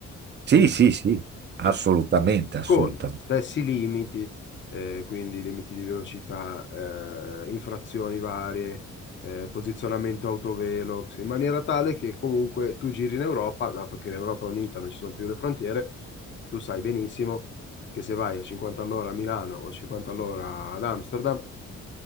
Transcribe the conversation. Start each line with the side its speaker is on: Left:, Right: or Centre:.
Right: Sì,
Left: Quindi,
Right: sì, sì, assolutamente,
Left: cioè,
Right: assolutamente.
Left: con stessi limiti, eh, quindi limiti di velocità, eh, infrazioni varie, eh, posizionamento autovelox, in maniera tale che comunque tu giri in Europa, dato che l'Europa è unita, non ci sono più le frontiere, tu sai benissimo che se vai a 50 all'ora a Milano o 50 all'ora ad Amsterdam,